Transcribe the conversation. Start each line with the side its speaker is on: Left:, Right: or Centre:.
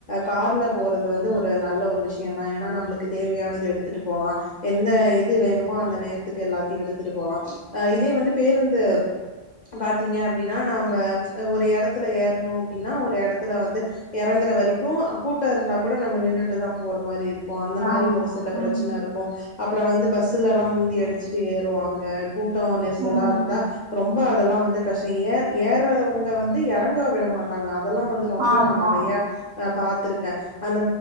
Left: கார்ல போறது வந்து ஒரு நல்ல ஒரு விஷய தா ஏன்னா நம்மளுக்கு தேவையானது வந்து எடுத்துட்டு போலா எந்த இது வேணுமோ அந்த நேர க்கு எல்லாத்தையு எடுத்துட்டு போலா இதே வந்து பேருந்து பாாத்தீங்க அப்டின்னு நா நம்ப ஒரு எடத்துல ஏறணும் அப்டின்னா ஒரு எடத்துல வந்து எறங்கற வரைக்கும் கூட்ட இருந்தா கூட நம்ம நின்னுட்டு தான் போற மாறி இருக்கும் அந்த மாதிரி
Right: ஆமா
Left: ஒரு சில
Right: உம்
Left: பிரச்சன இருக்கும் அப்பற வந்து பஸ்ல எல்லா முந்தி அடிச்சுட்டு ஏறுவாங்க கூட்ட நெரிசலா
Right: உம்
Left: இருந்தா ரொம்ப அதெல்லா வந்து கஷ்ட ஏ ஏறவங்க வந்து எறங்கா விட மாட்டாங்க அதெல்லா வந்து ரொம்ப
Right: ஆமா
Left: நா நெறைய ஆ பாத்திருக்க அந்த